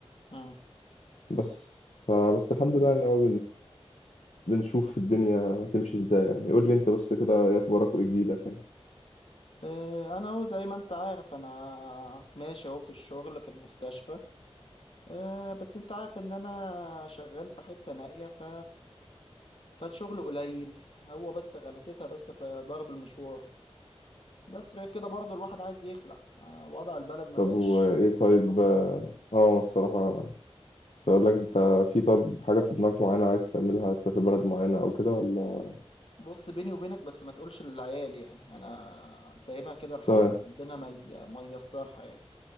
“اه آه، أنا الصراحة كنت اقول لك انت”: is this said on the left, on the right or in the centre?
Left